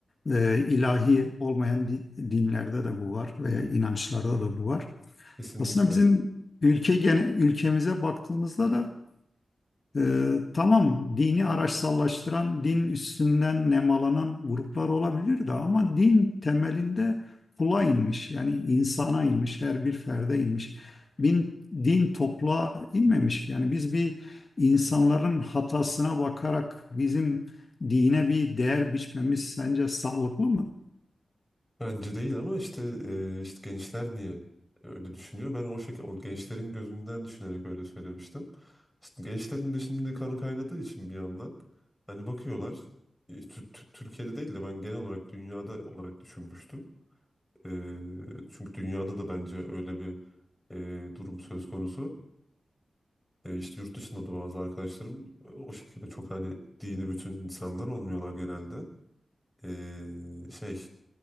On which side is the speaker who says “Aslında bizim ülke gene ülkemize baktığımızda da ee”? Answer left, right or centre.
Left